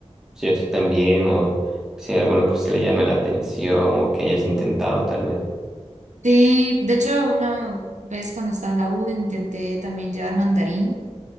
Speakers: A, in the centre; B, on the right.
A: si usted también o si hay alguno que a usted le llame la atención o que hayas intentado tal vez.
B: Sí, de hecho, una vez cuando estaba en la U intenté también llevar mandarín.